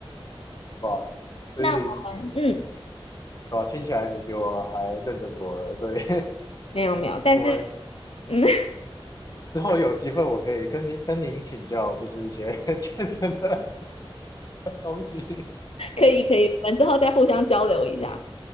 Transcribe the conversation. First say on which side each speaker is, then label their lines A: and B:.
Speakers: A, on the left; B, on the left.
A: <laughs> 哇，所以
B: 那我们嗯，
A: 哇，听起来你比我还认真多了，所以
B: 没有没有，但是
A: <laughs> 我们
B: 嗯，<laughs>
A: 之后有机会我可以跟您跟您请教，就是一些 <laughs> 健身的东西。
B: 可以可以，我们之后再互相交流一下。